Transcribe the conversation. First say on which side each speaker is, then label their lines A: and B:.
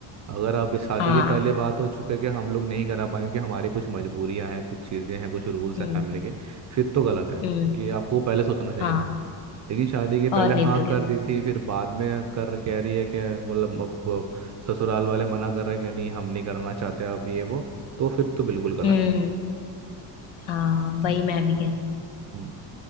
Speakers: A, on the right; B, on the left.
A: अगर आप इस शादी
B: हाँ
A: के पहले बात हो चुके कि हम लोग नहीं करा पाएंगे कि हमारी कुछ मजबूरियां हैं कुछ चीज़ें हैं कुछ रूल्स
B: हम्म
A: हैं फैमिली के फिर तो गलत है
B: हम्म
A: क्योंकि आपको पहले सोचना चाहिए
B: हाँ
A: था लेकिन शादी के पहले
B: और नहीं
A: हाँ
B: तो क्या
A: कर दी थी फिर बाद में कर कह रही है कि मतलब अब वो ससुराल वाले मना कर रहे हैं कि नहीं हम नहीं कराना चाहते अब ये वो तो फिर तो बिल्कुल गलत
B: हम्म
A: है
B: हाँ वही मैं भी कहती
A: हम्म,